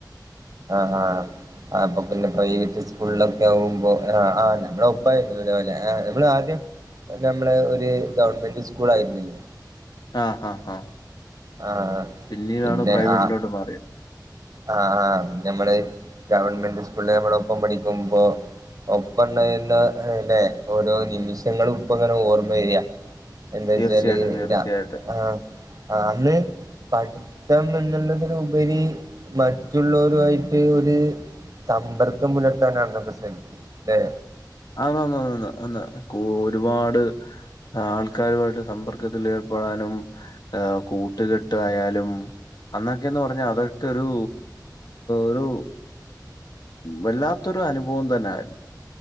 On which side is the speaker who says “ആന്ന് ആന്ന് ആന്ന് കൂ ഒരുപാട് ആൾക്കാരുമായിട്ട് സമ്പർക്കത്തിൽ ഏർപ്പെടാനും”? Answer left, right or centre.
Left